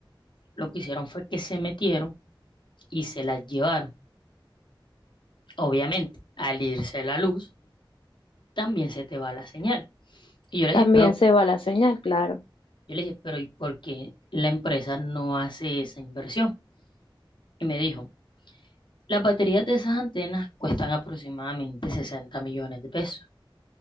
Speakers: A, on the left (about 65°); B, on the left (about 80°).
A: lo que hicieron fue que se metieron y se las llevaron. Obviamente, al irse la luz, también se te va la señal. Y yo le
B: También
A: dije, pero,
B: se va la señal, claro.
A: yo le dije, pero ¿y por qué la empresa no hace esa inversión? Y me dijo, Las baterías de esas antenas cuestan aproximadamente 60 millones de pesos.